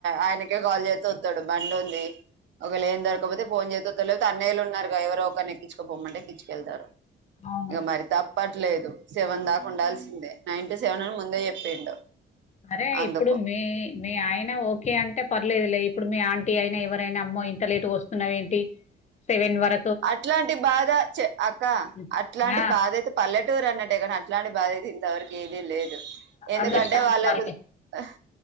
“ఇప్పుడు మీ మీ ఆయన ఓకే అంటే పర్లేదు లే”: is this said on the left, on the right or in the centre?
Left